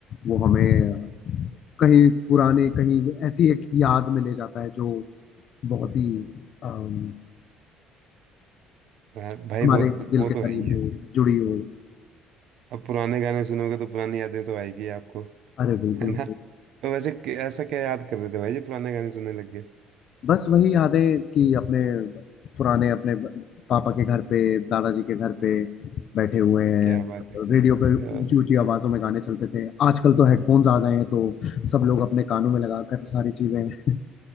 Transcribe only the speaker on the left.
वो हमें कहीं पुराने कहीं ऐसी एक याद में ले जाता है जो बहुत ही अम,
हमारे
दिल
के
करीब
हो जुड़ी हो
अरे बिल्कुल
बस वही यादें कि अपने पुराने अपने पापा के घर पे दादाजी के घर पे बैठे हुए हैं
रेडियो
पे
ऊंची
ऊंची आवाजों में गाने चलते थे आजकल तो
हेडफोन्स
आ गए हैं तो सब लोग अपने कानों में लगाकर सारी चीजें <laughs>